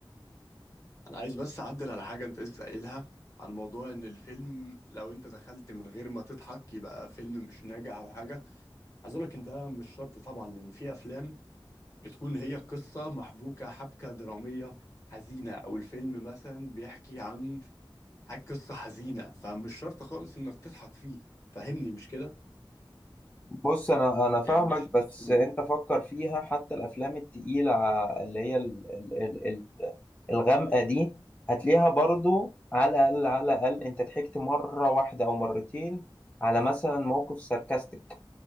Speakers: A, on the left (about 35°); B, on the left (about 15°).
A: انا عايز بس اعدل على حاجه انت لسه قايلها عن موضوع ان الفيلم لو انت دخلت من غير ما تضحك يبقى فيلم مش ناجح او حاجه عايز اقول لك ان ده مش شرط طبعا لان في افلام بتكون هي قصه محبوكه حبكه دراميه حزينه او الفيلم مثلا بيحكي عن حاجه قصه حزينه فمش شرط خالص انك تضحك فيه فهمني مش كده
B: بص انا انا فاهمك
A: يعني
B: بس
A: مم.
B: انت فكر فيها حتى الافلام التقيله اللي هي ال ال ال ال الغامقه دي هتلاقيها برضو على الاقل على الاقل انت ضحكت مره واحده او مرتين على مثلا موقف ساركاستيك